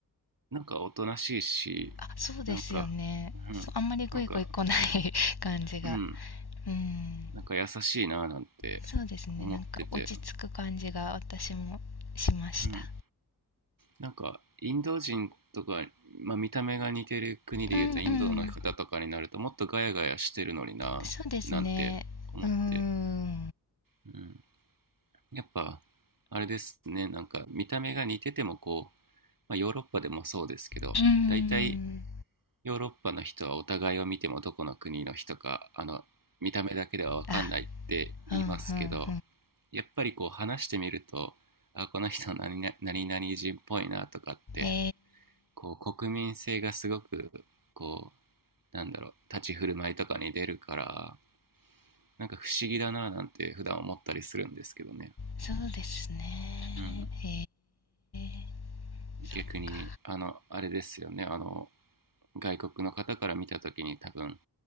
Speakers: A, on the right (about 60°); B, on the left (about 80°).
A: なんかおとなしいしなんかうんなんか
B: あ、そうですよね。そう、あんまりグイグイ来ない <laughs> 感じが。
A: うん
B: うん。
A: なんか優しいななんて思ってて
B: そうですね。なんか落ち着く感じが私もしました。
A: うんなんかインド人とか、まあ、見た目が似てる国でいうとインドの方とかになるともっとガヤガヤしてるのにななんて思って、
B: うんうん。そうですね。うーん。う
A: うん、やっぱ、あれですね、なんか見た目が似ててもこう、まあ、ヨーロッパでもそうですけど、
B: ーん。
A: 大体ヨーロッパの人はお互いを見てもどこの国の人か、あの、見た目だけでは分かんないって言いますけど、
B: あ、うんうんうん。
A: やっぱりこう話してみると、あ、この人何々何々人っぽいなとかって、
B: え
A: こう国民性がすごく、こう、なんだろう、立ち振る舞いとかに出るから、なんか不思議だななんて普段思ったりするんですけどね。
B: ー、そうですね。
A: うん。
B: えー、そっか。
A: 逆にあのあれですよねあの外国の方から見た時に多分